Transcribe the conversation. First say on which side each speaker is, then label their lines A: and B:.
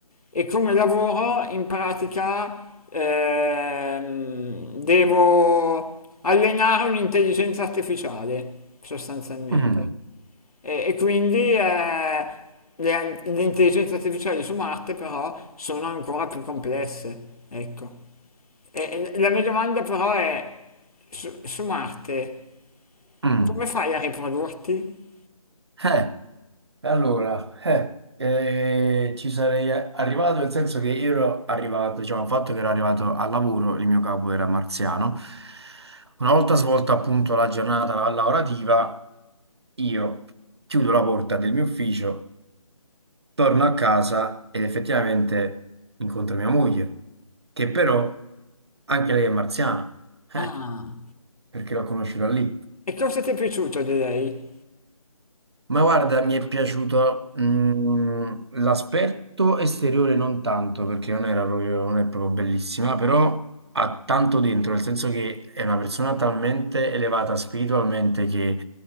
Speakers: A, on the left; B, on the right.
A: E come lavoro in pratica ehm, devo allenare un'intelligenza artificiale, sostanzialmente.
B: mm,
A: E, e quindi eh, le, le intelligenze artificiali su Marte però sono ancora più complesse, ecco. E- e la mia domanda però è, su, su Marte,
B: mm.
A: come fai a riprodurti?
B: Eh, E Allora, eh, eh, ci sarei arrivato, nel senso che io ero arrivato, diciamo, il fatto che ero arrivato al lavoro, il mio capo era marziano. Una volta svolta appunto la giornata lavorativa, io chiudo la porta del mio ufficio Torno a casa ed effettivamente incontro mia moglie, che però anche lei è marziana, eh,
A: Ah.
B: perché l'ho conosciuta lì.
A: E cosa ti è piaciuto di lei?
B: Ma guarda, mi è piaciuto mm, l'aspetto esteriore non tanto, perché non era proprio, non è proprio bellissima, però ha tanto dentro, nel senso che è una persona talmente elevata spiritualmente che